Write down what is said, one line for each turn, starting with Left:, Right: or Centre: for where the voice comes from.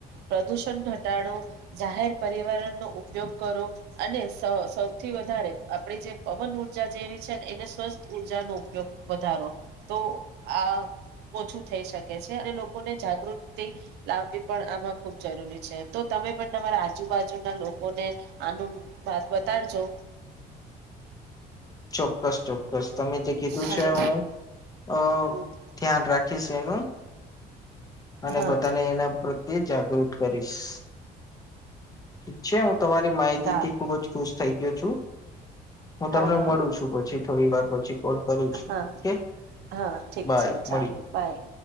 Right: પ્રદુષણ ઘટાડો જાહેર, પરિવરણનો ઉપયોગ કરો અને સૌ સૌથી વધારે આપડી જે પવન ઊર્જા જેવી છે, ને એને સ્વસ્થ ઊર્જાનો ઉપયોગ વધારો તો આ ઓછું થઈ શકે. છે, અને લોકોને જાગૃતિ લાવવી પણ આમાં ખુબ જરૂરી છે, તો તમે પણ તમારા આજુબાજુના લોકોને આનું વાત બતાડજો.
Left: ચોક્કસ ચોક્કસ. બસ તમે જે કીધું
Right: હાલો
Left: છે, હું અ
Right: હમ
Left: ધ્યાન રાખીશ એનું અને
Right: હા
Left: બધાને એના પ્રત્યે જાગૃ ગૃત કરીશ. ઠીક છે હું તમારી માહિતી
Right: ચાલો
Left: થી ખુબ જ ખુશ થઇ ગયો છું હું
Right: હા
Left: તમને
Right: હા
Left: મળું છું, પછી થોડી વાર પછી કોલ કરું છું,
Right: હા
Left: કે
Right: હા ઠીક
Left: બાય
Right: છે ચાલો
Left: મળીએ.
Right: બાય